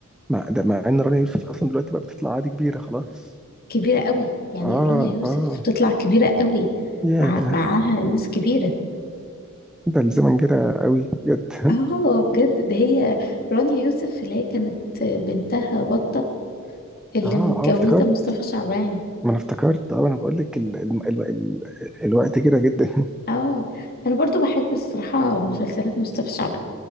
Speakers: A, in the centre; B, on the left.
A: مع ده مع ان رنا يوسف اصلا دلوقتي بقى بتطلع عادي كبيرة خلاص
B: كبيره قوي يعني
A: اه
B: رانيا يوسف
A: اه
B: تطلع كبيره قوي
A: ياه
B: مع معاها ناس كبيره
A: ده الزمن جرى قوي بجد <laughs>
B: اه بجد ده هي رانيا يوسف اللي هي كانت بنتها بطه اللي
A: اه
B: متجوزه
A: اه افتكرت
B: مصطفى شعبان
A: ما انا افتكرت اه انا بقول لك ال... ال... ال... ال... الوقت جرى جدا
B: اه انا برضو بحب الصراحه مسلسلات مصطفى شعبان